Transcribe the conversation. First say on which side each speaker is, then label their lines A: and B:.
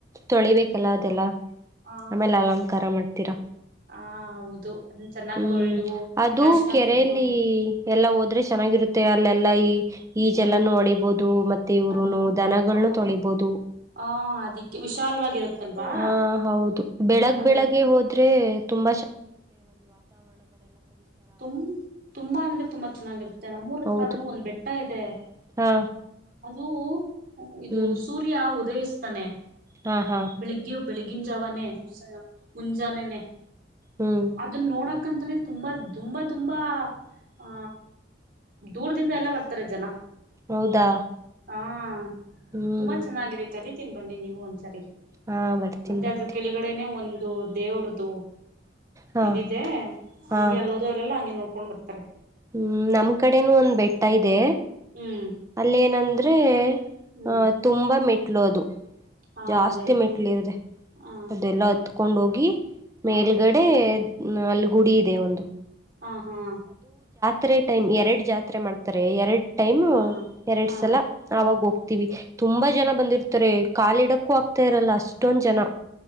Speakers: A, on the right; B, on the right.
A: ತೊಳಿಬೇಕಲ್ಲ ಅದೆಲ್ಲ
B: ಹ
A: ಆಮೇಲೆ ಅಲಂಕಾರ ಮಾಡ್ತೀರಾ
B: ಹ ಹೌದು ಅದ ಚೆನ್ನಾಗ್
A: ಹ್ಮ್
B: ತೊಳ್ದು
A: ಅದು
B: ಅರ್ಶಣ
A: ಕೆರೆಯಲ್ಲಿ
B: ಕುಂಕುಮ
A: ಎಲ್ಲಾ ಹೋದ್ರೆ ಚೆನ್ನಾಗಿರುತ್ತೆ ಅಲ್ಲೆಲ್ಲಾ ಈ ಈಜೆಲನ್ನು
B: ಹ್ಮ್
A: ಒಡಿಬೋದು ಮತ್ತೆ ಇವ್ರುನು
B: ಅಂದ್ರೆ
A: ದನಗಳನ್ನು
B: ಅವು
A: ತೊಳಿಬಹುದು
B: ಹ ಅದಿಕ್ಕೆ ವಿಶಾಲವಾಗಿರುತ್ತಲ್ವಾ
A: ಹ ಹೌದು ಬೆಳಗ್
B: ಅದು
A: ಬೆಳಗ್ಗೆ ಹೋದ್ರೆ ಏ ತುಮ್
B: ತು ತುಂಬಾ ಅಂದ್ರೆ ತುಂಬಾ ಚೆನ್ನಾಗಿರುತ್ತೆ ನಮ್ಮೂರ್ ಹತ್ರ
A: ಹೌದು
B: ಅಂದ್ರೂ ಒಂದ್ ಬೆಟ್ಟ <unintelligible>
A: ಹಾ
B: ಅದು ಇದು
A: ಹ್ಮ್
B: ಸೂರ್ಯ ಉದಯ ತನೆ
A: ಹಾ ಹಾ
B: ಬೆಳಿಗ್ಗಿ ಬೆಳಗಿನ್ ಜಾವಾನೆ ಮುಸಯ ಮುಂಜಾನೆನೆ
A: ಹ್ಮ್
B: ಅದುನ್ ನೋಡಕಂತಾನೇ ತುಂಬ ತುಂಬಾ ತುಂಬಾ ಆ ದೂರದಿಂದ ಎಲ್ಲ ಬರ್ತಾರೆ ಜನ.
A: ಹೌದಾ
B: ಹಾಂ
A: ಹ್ಮ್
B: ತುಂಬಾ ಚೆನ್ನಾಗಿದೆ ಕರಿ ತಿನ್ ಬನ್ನಿ ನೀವು ಒಂದ್ಸರಿ.
A: ಹಾ ಬರ್ತೀನಿ
B: ಮತ್ತೆ
A: ಬರ್ತೀನಿ
B: ಅದ್ರು ಕೆಳಗಡೆನೆ ಒಂದ್ ದು ದೇವ್ರ್ದು
A: ಹಾ
B: ಇದಿದೆ
A: ಹಾ
B: ಹಂಗೆ ಅಲ್ಲೋ ಎಲ್ಲ ಹಂಗೆ ನೋಡ್ಕೊಂಡ್ ಬರ್ತಾರೆ.
A: ಹ್ಮ್ ನಮ್ ಕಡೆನು ಒಂದ್ ಬೆಟ್ಟ ಇದೆ.
B: ಹ್ಮ್
A: ಅಲ್ಲೇನಂದ್ರೆ
B: ಹ್ಮ್
A: ಹ ತುಂಬಾ ಮೆಟ್ಲು ಅದು
B: ಹ
A: ಜಾಸ್ತಿ
B: ಅದೇ ಅದೇ
A: ಮೆಟ್ಲ್ ಇದೆ
B: ಹ
A: ಅದೆಲ್ಲ ಹತ್ಕೊ ಕೊಂಡೊಗಿ
B: ಹ
A: ಮೇಲ್ಗಡೆ ಅಲ್ಗುಡಿ ಇದೆ ಒಂದು
B: ಆ ಹಾ
A: ತ್ರೆ ಟೈಮ್ ಎರಡ್ ಜಾ ರೆ ಮಾಡ್ತಾರೆ ಎರಡ್ ಟೈಮ್
B: ಹಾ
A: ಎರಡ್
B: ಹಾ ಹ
A: ಸಲ ಆವಾಗ್ ಹೋಗ್ ತಿವಿ ತುಂಬಾ ಜನ ಬಂದಿರ್ತಾರೆ ಕಾಲಿಡಕ್ಕೂ ಆಗ್ತಾ ಇರಲ್ಲ ಅಷ್ಟೊಂದ್ ಜನ.